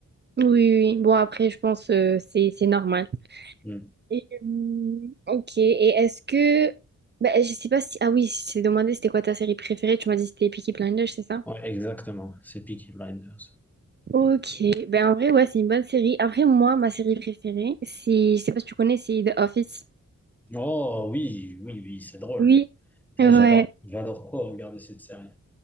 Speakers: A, on the right (about 35°); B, in the centre.
A: Oui, oui. oui. Bon, après, je pense euh, c'est c'est normal.
B: Hmm.
A: Et, euh, ok. Et est-ce que... Bah, je sais pas si... Ah oui, je t'ai demandé c'était quoi ta série préférée. Tu m'as dit c'était Peaky Blinders, c'est ça?
B: Ouais, exactement. C'est Peaky Blinders.
A: Ok. Ben, en vrai, ouais, c'est une bonne série. Après, moi, ma série préférée, c'est... Je sais pas si tu connais, c'est The Office.
B: Oh oui, oui, oui, c'est drôle.
A: Oui.
B: Ça,
A: Ouais.
B: j'adore. J'adore trop regarder cette série.